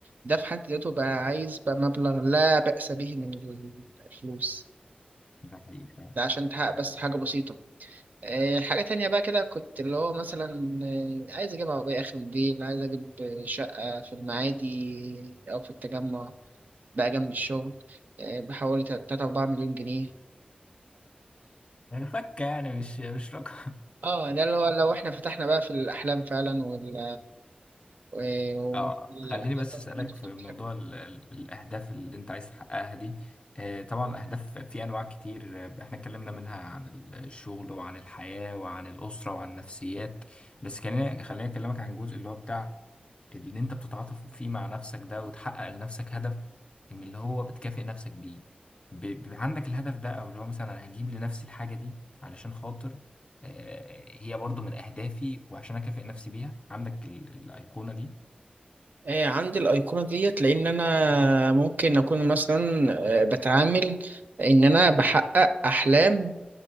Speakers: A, on the right (about 60°); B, on the left (about 35°).
A: ده في حد ذاته بقى عايز بقى مبلغ لا بأس به من الفلوس
B: ده حقيقي فعلا
A: ده عشان تحقق
B: <laughs>
A: بس حاجة بسيطة آه، حاجة تانية بقى كده كنت اللي هو مثلا آه، عايز أجيب عربية آخر موديل عايز أجيب شقة في المعادي أو في التجمع بقى جنب الشغل آه، بحوالي تلاتة أربعة مليون جنيه
B: آه، فكة يعني مش مش رقم
A: اه ده اللي هو لو احنا فتحنا بقى في الأحلام فعلا وال و-
B: اه
A: والأهداف
B: خليني بس اسالك
A: اللي انت كنت
B: في
A: بتحبها
B: موضوع ال ال الاهداف اللي انت عايز تحققها دي آه طبعا الاهداف في انواع كتير آه، احنا اتكلمنا منها عن الشغل وعن الحياه وعن الاسره وعن النفسيات بس خليني خليني اكلمك عن الجزء اللي هو بتاع اللي انت بتتعاطف فيه مع نفسك ده وتحقق لنفسك هدف من اللي هو بتكافئ نفسك بيه ب- بيبقى عندك الهدف ده او اللي هو مثلا انا هجيب لنفسي الحاجه دي علشان خاطر آه، هي برضو من اهدافي وعشان اكافئ نفسي بيها عندك ال- الايقونه دي
A: آه، عندي الأيقونة ديت لأن أنا ممكن أكون مثلا آه، بتعامل إن أنا بحقق أحلام